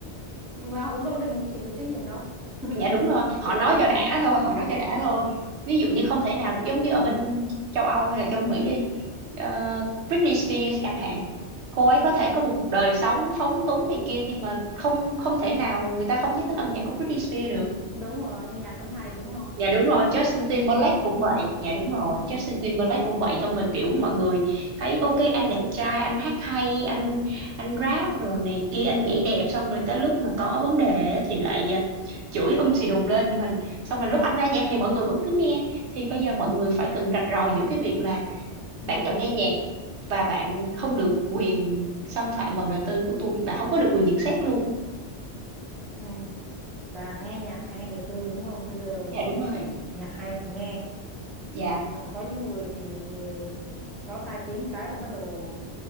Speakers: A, in the centre; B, on the right (about 75°).
A: mà họ cũng đâu có đừng chịu trách nhiệm đâu <laughs>
B: dạ đúng rồi họ
A: hiểu
B: nói
A: không
B: cho đã thôi họ nói cho đã
A: ờ
B: thôi ví dụ như không thể nào giống như ở bên châu Âu hay là châu Mỹ đi ờ, Britney Spears chẳng hạn cô ấy có thể
A: ừ
B: có một đời sống phóng túng này kia nhưng mà không không thể nào người ta không nhắc đến âm nhạc của Britney Spears được
A: đúng rồi nhưng nhạc vẫn hay đúng không
B: dạ đúng rồi Justin
A: nhạc hay
B: Timberlake
A: thì nghe
B: cũng vậy dạ đúng rồi
A: ừ
B: Justin Timberlake cũng vậy thôi mà kiểu mọi người thấy ok anh đẹp trai anh hát hay anh anh rap rồi này kia anh nhảy đẹp xong rồi tới lúc mà có vấn đề á thì lại à, chửi um xì đùng lên mình xong rồi lúc anh ra nhạc thì mọi người vẫn cứ nghe thì bây giờ mọi người phải cần rạch ròi giữa cái việc là
A: ừ
B: bạn chọn nghe nhạc và bạn không được quyền xâm phạm vào đời tư của tôi bạn không có được quyền nhận xét luôn
A: ừ là nghe nhạc hay nghe đời tư đúng không bây giờ
B: dạ đúng rồi
A: nhạc hay thì nghe
B: dạ
A: còn có những người thì ừ, có tai tiếng cái là bắt đầu